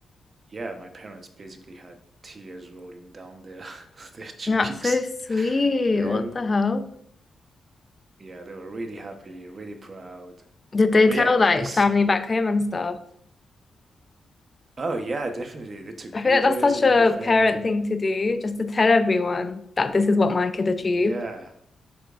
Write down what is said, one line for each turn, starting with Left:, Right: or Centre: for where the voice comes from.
Right: yeah, my parents basically had tears rolling down their <laughs> their cheeks.
Left: That's so sweet.
Right: <laughs> They
Left: What the hell?
Right: yeah, they were really happy, really proud.
Left: Did they
Right: But
Left: tell
Right: yeah,
Left: like
Right: this
Left: family back home and stuff?
Right: oh yeah, definitely they took
Left: I
Right: videos
Left: feel like that's such
Right: and everything.
Left: a parent thing to do, just to tell everyone that this is what my kid achieved.
Right: Yeah,